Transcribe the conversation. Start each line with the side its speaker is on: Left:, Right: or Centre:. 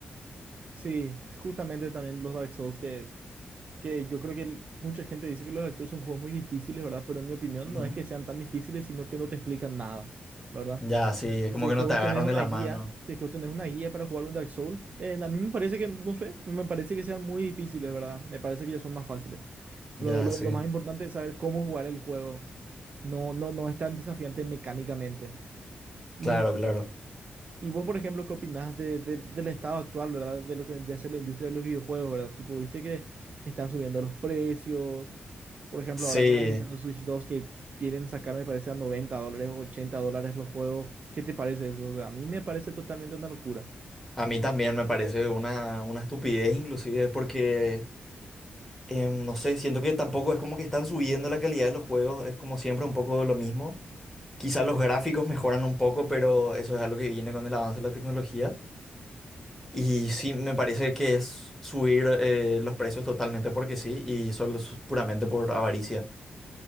Right: Sí, justamente también los Dark Souls, que, que yo creo que el- mucha gente dice que los Dark Souls son juegos muy difíciles, ¿verdad? Pero en mi opinión
Centre: Ujú.
Right: no es que sean tan difíciles, sino que no te explican nada, ¿verdad?
Centre: Ya, sí, es
Right: Si
Centre: como
Right: es
Centre: que
Right: que
Centre: no
Right: vos
Centre: te agarran
Right: tenés una
Centre: de la
Right: guía,
Centre: mano.
Right: si es que vos tenés una guía para jugar un Dark Souls, eh, a mí me parece que, no sé, no me parece que sean muy difíciles, ¿verdad? Me parece que ya son más fáciles.
Centre: Ya,
Right: Lo, lo-
Centre: sí.
Right: lo más importante es saber cómo jugar el juego. No, no, no es tan desafiante mecánicamente. Y,
Centre: Claro, claro.
Right: y vos, por ejemplo, ¿qué opinás de- de- del estado actual, ¿verdad? De lo que vendría a ser la industria de los videojuegos, ¿verdad? Tipo, viste que están subiendo los precios. Por ejemplo,
Centre: Sí,
Right: ahora con la Nintendo Switch dos que quieren sacar, me parece, a 90 dólares, o 80 dólares los juegos. ¿Qué te parece eso? A mí me parece totalmente una locura.
Centre: a mí también me parece una, una estupidez inclusive porque, em, no sé, siento que tampoco es como que están subiendo la calidad de los juegos, es como siempre un poco lo mismo. Quizá los gráficos mejoran un poco, pero eso es algo que viene con el avance de la tecnología. Y sí, me parece que es subir eh, los precios totalmente porque sí, y solo es puramente por avaricia.